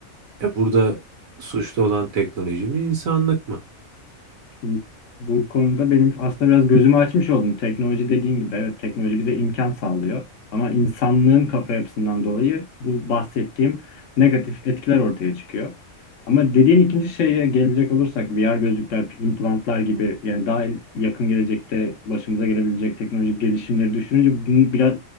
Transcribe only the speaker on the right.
Ya burada suçlu olan teknoloji mi, insanlık mı?